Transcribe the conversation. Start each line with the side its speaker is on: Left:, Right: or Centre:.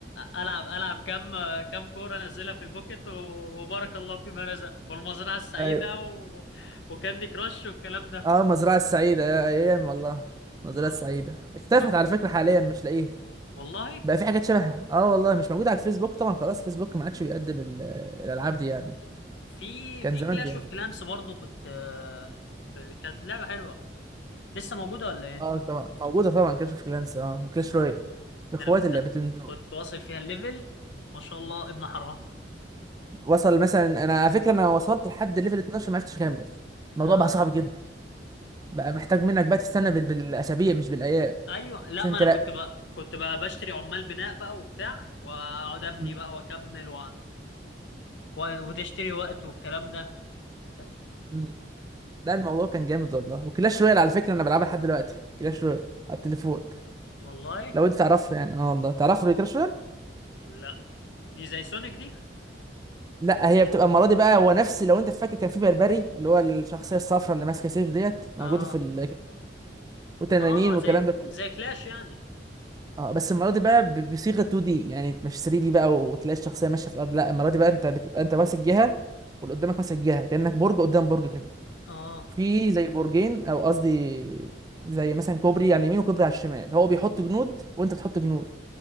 Left: العب العب كم كم كوره انزلها في البوكت و- وبارك الله فيما رزق والمزرعه السعيده
Right: ايوه
Left: و... وكاندي كراش والكلام ده
Right: اه المزرعه السعيده يا ايام والله المزرعه
Left: آه
Right: السعيده اختفت
Left: كنت
Right: على فكره حاليا مش لاقيها
Left: والله
Right: بقى في حاجات شبهها اه والله مش موجوده على الفيسبوك طبعا خلاص فيسبوك ما عادش بيقدم ال- الالعاب دي يعني
Left: في
Right: كان
Left: في
Right: زمان
Left: كلاش
Right: بيقدم
Left: اوف كلانس برضه كنت آه، ب... كانت لعبه حلوه لسه موجوده ولا ايه
Right: اه طبعا موجوده طبعا كلاش اوف كلانس اه وكلاش رويال اخوات
Left: انا كنت
Right: اللعبتين دول
Left: كنت واصل فيها الليفل ما شاء الله ابن حرام
Right: وصل مثلا انا على فكره انا وصلت لحد ليفل 12 ما عرفتش اكمل الموضوع
Left: اه
Right: بقى صعب جدا بقى محتاج منك بقى تستنى بال... بالاسابيع مش بالايام
Left: ايوه لا
Right: عشان
Left: ما انا
Right: ترقي
Left: كنت بقى كنت بقى بشتري عمال بناء بقى وبتاع واقعد ابني
Right: مم.
Left: بقى واكمل و... و... وتشتري وقت والكلام ده كانت
Right: مم. لا الموضوع كان جامد والله وكلاش رويال على فكره انا بلعبها لحد دلوقتي كلاش رويال على التليفون
Left: والله
Right: لو انت تعرفها يعني اه والله تعرف كلاش رويال
Left: لا دي زي سونيك دي
Right: لا هي بتبقى المره دي بقى هو نفس لو انت فاكر كان في بربري اللي هو الشخصيه الصفراء اللي ماسكه سيف ديت موجوده
Left: اه
Right: في ال وتنانين
Left: اه
Right: والكلام
Left: زي
Right: ده كله
Left: زي كلاش يعني
Right: اه بس المره دي بقى ب- بصيغه 2 دي يعني مش 3 دي بقى وتلاقي الشخصيه ماشيه في الارض لا المره دي بقى انت بتبقى انت ماسك جهه واللي قدامك ماسك جهه كانك برج قدام برج كده
Left: اه
Right: في زي برجين او قصدي زي مثلا كوبري على اليمين وكوبري على الشمال هو بيحط جنود وانت بتحط جنود